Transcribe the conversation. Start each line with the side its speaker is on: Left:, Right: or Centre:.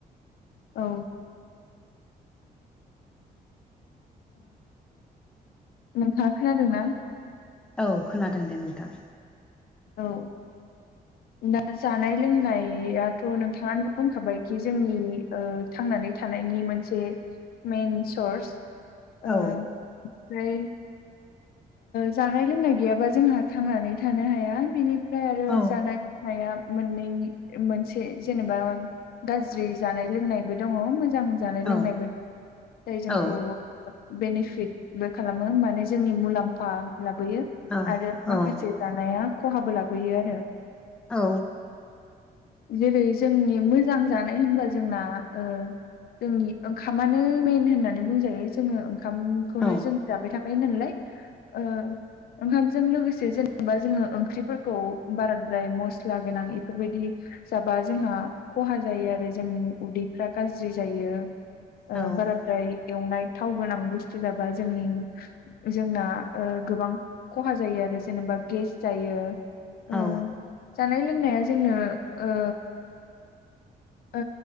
Left: औ। नोंथाङा खोनादोंना।
Centre: औ खोनादों दे नोंथां।
Left: औ। दा जानाय लोंनायाथ' नोंथाङानो बुंखाबायखि जोंनिआ थांनानै थानायनि मोनसे मइेन सर्सा
Centre: औ
Left: आ ओमफ्राय जानाय-लोंनाय गैयाबा जोंहा थांनानै थानो हाया बिनिफ्राय आरो
Centre: औ
Left: जानाय। हाया मोननै मोनसे जेनेबाओ। गाज्रि जानाय लोंनायबो दङ मोजां जानाय
Centre: औ
Left: लोंनायबो जाय जोंखौ
Centre: औ
Left: ओ बेनिफिटबो खालामो माने जोंनि मुलाम्फा लाबोयो।
Centre: औ
Left: आरो माखासे
Centre: औ
Left: जानाया खहाबो लाबोयो आरो।
Centre: औ
Left: जेरै जोंनि मोजां जानाय होनबा जोंना ओ जोंनि ओंखामानो मेेन होननानै बुंजायो जोङो ओंखामखौनो
Centre: औ
Left: जों जाबाय थाखायो नालाय। ओ। ओंखामजों लोगोसे जेनेबा जोङो ओंख्रिफोरखौ बाराद्राय मस्ला गोनां इफोरबादि जाबा जोंहा खहा जायो आरो जोंनि उदैफ्रा गाज्रि जायो।
Centre: औ
Left: बाराद्राय
Centre: औ
Left: एवनाय थाव गोनां बुस्थु जाबा जोंनि जोंना गोबां खहा जायो आरो जेनेबा गेस जायो। ओ
Centre: औ
Left: जानाय लोंनाया जोंनो ओ ओ